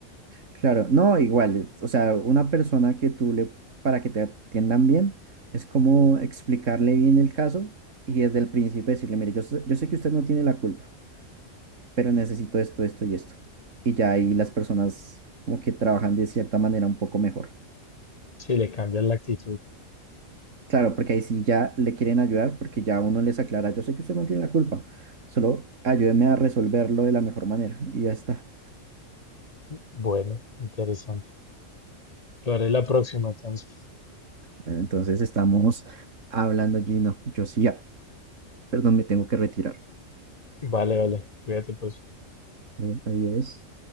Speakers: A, on the right; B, on the left.
A: Claro, no, igual, o sea, una persona que tú le, para que te atiendan bien, es como explicarle bien el caso y desde el principio decirle, mire, yo sé, yo sé que usted no tiene la culpa. pero necesito esto, esto y esto. Y ya ahí las personas como que trabajan de cierta manera un poco mejor.
B: Si le cambian la actitud.
A: Claro, porque ahí sí ya le quieren ayudar, porque ya uno les aclara, yo sé que usted no tiene la culpa, solo ayúdeme a resolverlo de la mejor manera y ya está.
B: Bueno, interesante. Lo haré la próxima entonces.
A: Bueno, entonces estamos hablando, Gino. Yo sí, ya, perdón, me tengo que retirar.
B: Vale, vale. Cuídate pues.
A: Eh, Adiós.